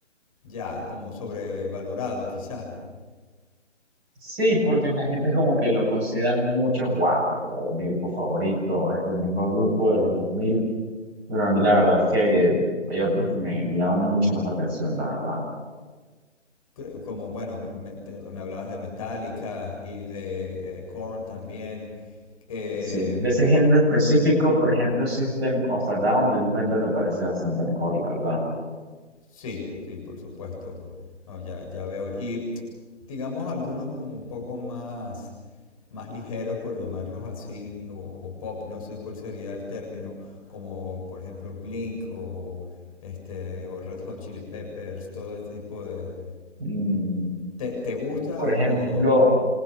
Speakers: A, on the left (about 30°); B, on the right (about 20°).
A: ya, como sobrevalorado, quizás.
B: Sí, porque la gente es como que lo considera mucho, wow, mi grupo favorito, el mejor grupo de los 2000. Pero a mí la verdad es que hay otros que me, me llaman mucho más la atención, la verdad.
A: que- como, bueno, me, te- me hablabas de Metallica y de eh, Korn también. Eh,
B: Sí, de ese género específico, por ejemplo, System of a Down de Nu Metal me parece bastante mejor, la verdad.
A: sí, sí, por supuesto. No, ya, ya veo. Y digamos algunos como un poco más, más ligeros, por llamarlos así, o, o pop, no sé cuál sería el término, como por ejemplo Blink o, este, o Red Hot Chili Peppers, todo este tipo de...
B: Mm,
A: ¿Te, te gustan
B: por ejemplo,
A: o...?